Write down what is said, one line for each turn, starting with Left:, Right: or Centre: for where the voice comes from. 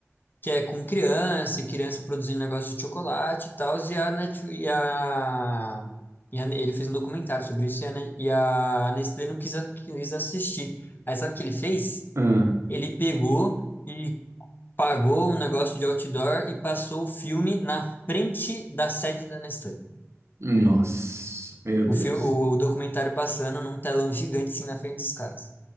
Left: que é com criança, e criança produzindo negócio de chocolate e tal, e a, Net, e a, e a- ele fez um documentário sobre isso e a, Ne- e a Nestlé não quis, a- quis assistir. Aí sabe o que ele fez?
Right: Ah,
Left: Ele pegou e pagou um negócio de outdoor e passou o filme na frente da sede da Nestlé.
Right: nossa, meu
Left: O,
Right: Deus.
Left: filme, o, o documentário passando num telão gigante assim na frente dos caras.